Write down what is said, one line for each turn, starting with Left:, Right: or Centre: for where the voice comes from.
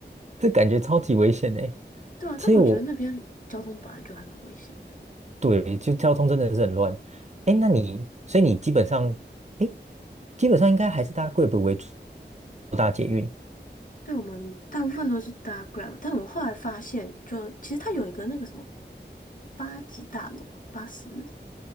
Right: 这感觉超级危险哎。
Left: 对啊，
Right: 其实我
Left: 但我觉得那边交通本来就还蛮危险的。
Right: 对，就交通真的是很乱。哎，那你，所以你基本上，哎，基本上应该还是搭贵北为主，不搭捷运
Left: 对，我们大部分都是搭 Grab，但我们后来发现就，其实它有一个那个什么八级大楼啊八十